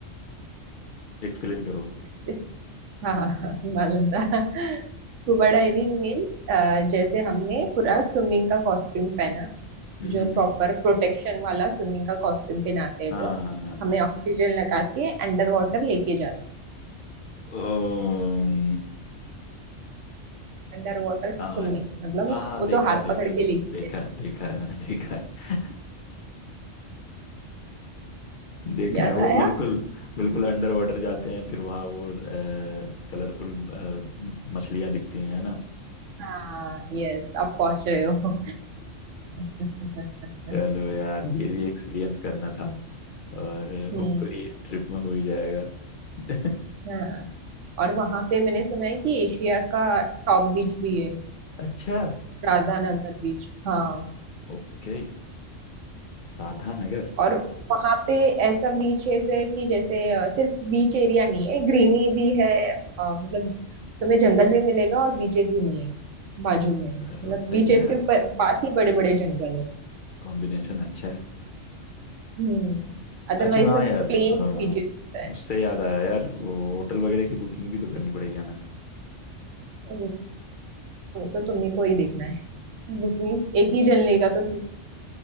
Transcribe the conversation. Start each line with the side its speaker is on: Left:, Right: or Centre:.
Left: एक्सप्लेन करो
Right: <laughs> हाँ हाँ हाँ मालूम था स्कूबा डाइविंग मीन जैसे हमने पूरा स्विमिंग का कॉस्ट्यूम पहना
Left: हम्म
Right: जो
Left: हम्म,
Right: प्रॉपर
Left: हम्म,
Right: प्रोटेक्शन वाला स्विमिंग का कॉस्ट्यूम पहनाते हैं
Left: हाँ
Right: वो हमें ऑक्सीजन लगा के अंडर वाटर लेके जाते
Left: ओम
Right: अंडर वाटर स्विमिंग
Left: हाँ आई नो
Right: मतलब वो
Left: हाँ हाँ
Right: वो
Left: देखा
Right: तो हाथ
Left: है देखा
Right: पकड़
Left: है
Right: के लेके
Left: देखा
Right: जाए
Left: है देखा है मैंने देखा है देखा
Right: याद
Left: है वो
Right: आया
Left: बिल्कुल बिल्कुल अंडर वाटर जाते हैं फिर वहाँ वो कलरफुल मछलियाँ दिखती हैं है ना
Right: हाँ यस आप पहुंच रहे हो <laughs>
Left: चलो यार ये भी एक्सपीरियंस करना था और
Right: हम्म
Left: होपफुली इस ट्रिप में हो ही जाएगा <laughs>
Right: हाँ और वहां पे मैंने सुना है कि एशिया का टॉप बीच भी है
Left: अच्छा
Right: राधानगर बीच हाँ
Left: ओके राधा नगर
Right: और वहां पे ऐसा बीचेस है कि जैसे अ, सिर्फ बीच एरिया नहीं है ग्रीनरी भी है अ, मतलब तुम्हें जंगल भी मिलेगा और बीचेस भी मिलेंगे बाजू में
Left: चलो
Right: मतलब
Left: सही
Right: बीचेस
Left: है
Right: के ऊपर पास
Left: हम्म
Right: ही बड़े बड़े जंगल है
Left: कॉम्बिनेशन अच्छा है
Right: हम्म अदरवाइज
Left: अच्छा हाँ
Right: सब
Left: यार अ,
Right: प्लेन बीचेस होता है
Left: उससे याद आया यार वो होटल वगैरह की बुकिंग भी तो करनी पड़ेगी हमें
Right: तो वो वो तो तुम्हें को ही देखना है बुकिंग एक ही जन लेगा तो ठीक